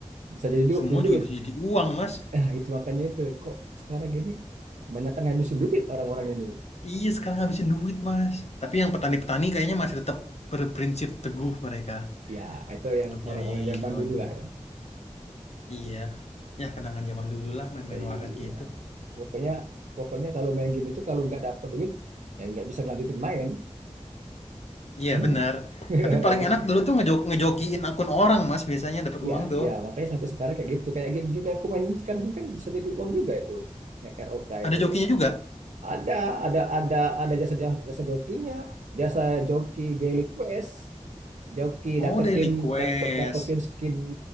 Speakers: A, on the right; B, on the left.
A: Bisa jadi duit,
B: semua
A: jadi duit.
B: juga bisa jadi uang mas.
A: Nah, itu makanya itu kok sekarang gini banyak kan ngabisin duit orang-orang ini.
B: Iya sekarang habisin duit mas. Tapi yang petani-petani kayaknya masih tetap berprinsip teguh mereka
A: Ya, itu yang
B: untuk nyari
A: orang-orang zaman
B: cuan.
A: dulu lah ya.
B: Iya. Ya kenangan zaman dulu lah main-main
A: Iya.
B: warnet gitu.
A: Pokoknya pokoknya kalau main game itu kalau nggak dapat duit ya nggak bisa ngelanjutin main.
B: Iya
A: <laughs>
B: benar. Tapi paling
A: Banyak
B: enak
A: kan?
B: dulu tuh ngejo ngejokiin akun orang Mas biasanya dapat
A: Iya,
B: uang tuh.
A: iya. Makanya sampai sekarang kayak gitu. Kayak game-game yang aku mainin sekarang ini kan bisa jadi uang juga itu. Yang ROK
B: Ada
A: itu.
B: jokinya juga?
A: Ada, ada, ada, ada jasa jasa jokinya, jasa joki daily quest, joki
B: Oh
A: dapetin
B: daily quest.
A: dapet dapetin skin